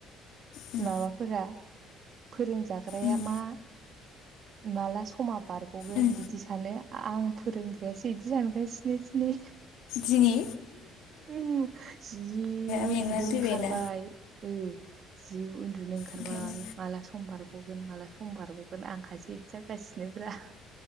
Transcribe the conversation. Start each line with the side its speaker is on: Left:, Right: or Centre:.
Left: उम
Right: माबाफोरा फोरोंजाग्राया
Left: उम
Right: मा माला समा बारग'गोन
Left: उम
Right: बिदि सानो आं फोरोंग्रायासो इदि सानगासिनो दिनै
Left: दिनि
Right: ओम जि उन्दुनो
Left: मेंनानै फैबायना
Right: ओंखारबाय ओ जि उन्दुनो ओंखारबाय
Left: ओंखायनो
Right: माला सम बारगगोन माला सम बारगगोन आं हासो बिदि जागासिनोब्रा